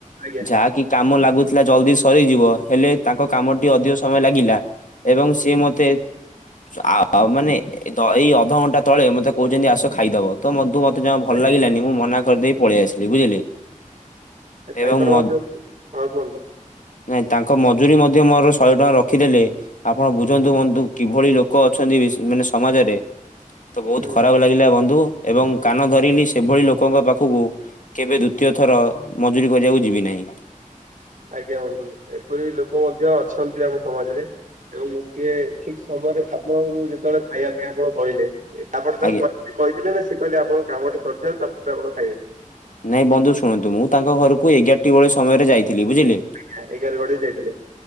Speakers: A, on the right (about 70°); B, on the left (about 65°).
A: ଆଜ୍ଞା
B: ଯାହା କି କାମ ଲା କହୁଥିଲା ଜଲ୍ଦି ସରିଯିବ, ହେଲେ ତାଙ୍କ କାମଟି ଅଧିକ ସମୟ ଲାଗିଲା ଏବଂ
A: ହୁଁ
B: ସିଏ ମୋତେ ଆ ଆଉ ମାନେ ଏତ ଏଇ ଅଧଘଣ୍ଟା ତଳେ ମତେ କହୁଛନ୍ତି, ଆସ ଖାଇଦବ ତ ମଧୁ ମ ମତେ ଜମା ଭଲ
A: ଆଜ୍ଞା
B: ଲାଗିଲାନି, ମୁଁ ମନା କରିଦେଇ ପଳେଇ ଆସିଲି ବୁଝିଲେ
A: ତାଙ୍କର
B: ଏବଂ ମ
A: ମଧ୍ୟ
B: ଆଜ୍ଞ
A: ହଁ କୁହନ୍ତୁ
B: ନାଇଁ ତାଙ୍କ ମଜୁୁରୀ ମଧ୍ୟ ମୋର ଶହେ ଟଙ୍କା ରଖିଦେଲେ, ଆପଣ ବୁଝନ୍ତୁ ହୁଅନ୍ତୁ କିଭଳି ଲୋକ ଅଛନ୍ତି ବିଶ‌, ମାନେ ସମାଜରେ ତ ବହୁତ
A: ହୁଁ
B: ଖରାପ ଲାଗିଲା ବନ୍ଧୁ। ଏବଂ କାନ ଧରିଲି, ସେଭଳି ଲୋକଙ୍କ ପାଖକୁ କେବେ ଦ୍ୱିତୀୟ ଥର ମଜୁୁରୀ କରିବାକୁ ଯିବି ନାହିଁ।
A: ଆଜ୍ଞା ବନ୍ଧୁ, ଏପରି ଲୋକ ମଧ୍ୟ ଅଛନ୍ତି ଆମ ସମାଜରେ ଏବଂ ମୁଠିଏ ଠିକ ସମ ପରେ ଆପଣଙ୍କୁ ଯେତେବେଳେ ଖାଇବା ପାଇଁ ଆପଣ କହିଲେ ଆପଣ ତାଙ୍କୁ
B: ଆଜ୍ଞା।
A: କହି କହିଥିଲେ ନା ସେ କହିଲେ ଆପଣ କାମଟି ସରିଯାଉ, ତାପରେ ଆପଣ ଖାଇବେ।
B: ନାଇଁ ବନ୍ଧୁ ଶୁଣନ୍ତୁ, ମୁଁ ତାଙ୍କ ଘରକୁ ଏଗାରଟି ବେଳେ ସମୟରେ ଯାଇଥିଲି ବୁଝିଲେ।
A: ଆଜ୍ଞା ଏଗାର <unintelligible> ଯାଇଥିଲେ।